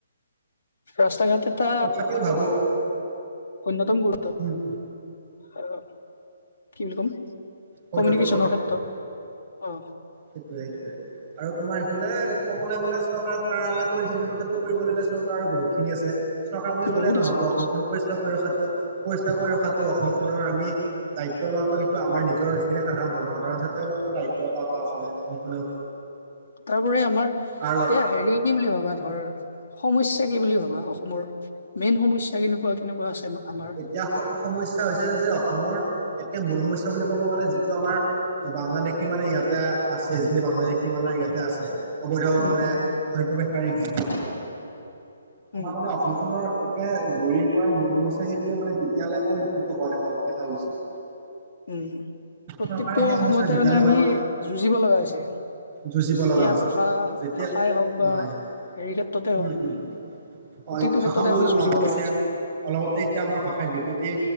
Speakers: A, on the left; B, on the right.
A: ৰাস্তা ঘাট এটা
B: তথাপিও ভাবো
A: অন্যতম গুৰুতত
B: উম
A: আহ কি বুলি কম।
B: পৰ্যটকৰ
A: কমিউনিকেশ্যনৰ ক্ষেত্ৰত অ
B: সেইটোয়ে সেইটোয়ে আৰু তোমাৰ এইফালে কবলৈ গলে চৰকাৰে পাৰালা কৰিছিল টো তথাপিও কৰিব লাগে চৰকাৰ বহুত খিনি আছে চৰকাৰ বুলি ক'লে
A: বহুত
B: নহ'ব
A: আছে বহুত
B: অসমখন
A: আছে
B: পৰিষ্কাৰ কৰি ৰখাটো পৰিষ্কাৰ কৰি ৰখাতটো অসম নৰ আমি দায়িত্ব লোৱাটো সেইটো আমাৰ নিজৰ যিখিনি সাধাৰণ জনসাধাৰণ আছে তেওঁলোকৰ দায়িত্ব এটা এটা আছে আ
A: তাৰ উপৰি আমাৰ
B: আৰু
A: এতিয়া হেৰি কি বুলি ভবা ধৰ সমস্যা কি বুলি ভাবা অসমৰ মেইন সমস্যা কেনেকুৱা কেনেকুৱা আছে আমা- আমাৰ
B: এতিয়া সমস্যা হৈছে যে অসমৰ এতিয়া মূল সমস্যা ক'ব গ'লে যিটো আমাৰ বাংলাদেশী মানে ইয়াতে আছে যিখিনি বাংলাদেশী মানে ইয়াতে আছে অবৈধ
A: উম,
B: মানে
A: উম,
B: অনুপ্ৰৱেশকাৰী যিনি আছে আমাৰ
A: উম,
B: মানে অসমখনৰ একে গুৰিৰ পৰাই মূল সমস্যা সেইটোৱে মানে তেতিয়ালৈ পৰিলক্ষিত হোৱা দেখা দেখা গৈছে
A: উম প্ৰত্যেকটো
B: চৰকাৰে সেই সমস্যাটো
A: সময়তে
B: যেতিয়ালৈ
A: মানে আমি
B: মান
A: যুঁজিব লগা হৈছে
B: যুঁজিব লগা
A: সেয়া
B: হৈছে
A: ভাষা
B: যেতিয়া,
A: ভাষাই হওক বা
B: হয়,
A: হেৰি ক্ষেত্ৰতে
B: উম
A: হওক
B: উম।
A: প্ৰত্যেকটো
B: অ ভাষা
A: ক্ষেত্ৰতে
B: বুলিও
A: আমি যুঁজিব
B: মনত পৰিছে,
A: লগা হৈছে
B: অলপতে এতিয়া আমাৰ ভাষাই ধ্ৰুপতী